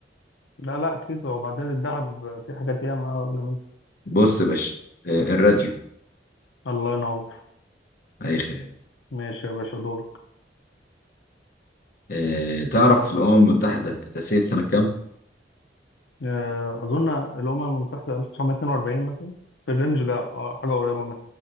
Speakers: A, on the left (about 80°); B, on the left (about 55°).
A: لا لا أكيد وبعدين الذهب في حاجات ياما أغلى منه
B: بص يا باشا آه الراديو
A: الله ينور
B: اي خير
A: ماشي يا باشا دورك
B: آه، تعرف الأمم المتحدة تأسيس سنة كام؟
A: آه، أظن الأمم المتحدة 1942 مثلا في الرينج ده آه، حاجة قريبة منه